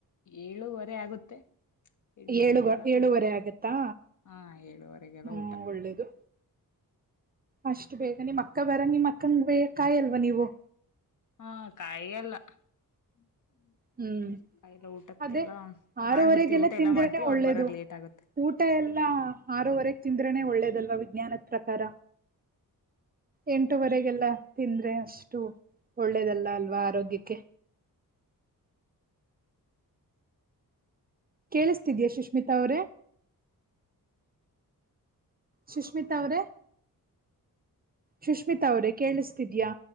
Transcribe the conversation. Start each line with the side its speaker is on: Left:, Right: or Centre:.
Left: ಏಳುವರೆ ಆಗುತ್ತೆ. ಳುವರೆಗೆಲ್ಲ
Right: ಏಳು ಏಳುವರೆ
Left: ಊಟ
Right: ಆಗತ್ತಾ
Left: ಹಾ ಏಳುವರೆಗೆಲ್ಲ
Right: ಹ್ಮ್
Left: ಊಟ.
Right: ಒಳ್ಳೇದು ಅಷ್ಟು ಬೇಗ ನಿಮ್ ಅಕ್ಕ ಬರ ನಿಮ್ ಅಕ್ಕನ್ಗೆ ಕಾಯಲ್ವಾ ನೀವು?
Left: ಹ್ಮ್ ಕಾಯಲ್ಲ. ಹ್ಮ
Right: ಹ್ಮ್
Left: ಹ್ಮ <unintelligible> ಊಟಕ್ಕೆ
Right: ಅದೇ
Left: ಬಾ
Right: ಆರವರೆಗೆಲ್ಲ
Left: ಮಾಡ್ಬಿಡ್ತಿವಿ ಊಟ
Right: ತಿಂದ್ರೆನೆ
Left: ಎಲ್ಲ ಮಾಡ್ತಿವಿ ಅವ್ರರು
Right: ಒಳ್ಳೇದು
Left: ಬರದ ಲೇಟ್ ಆಗುತ್ತೆ.
Right: ಊಟ ಎಲ್ಲ ಆರೂವರೆಗೆ ತಿಂದ್ರನೆ ಒಳ್ಳೇದಲ್ವಾ ವಿಜ್ಞಾನದ ಪ್ರಕಾರ. ಎಂಟುವರೆಗೆಲ್ಲ ತಿಂದ್ರೆ ಅಷ್ಟು ಒಳ್ಳೇದಲ್ಲ ಅಲ್ವಾ ಆರೋಗ್ಯಕ್ಕೆ. ಕೇಳಿಸ್ತಿದಿಯಾ ಸುಶ್ಮಿತಾ ಅವ್ರೆ? ಸುಶ್ಮಿತಾ ಅವ್ರೇ ಸುಷ್ಮಿತಾ ಅವ್ರೇ ಕೇಳಿಸ್ತಿದ್ಯಾ?